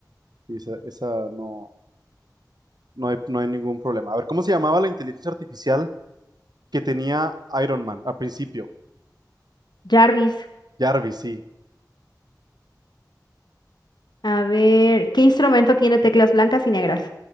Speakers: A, on the right; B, on the left.
A: Y Esa, esa no, no hay, no hay ningún problema. A ver, ¿cómo se llamaba la inteligencia artificial que tenía Iron Man al principio?
B: Jarvis.
A: Jarvis, sí,
B: A ver, ¿qué instrumento tiene teclas blancas y negras?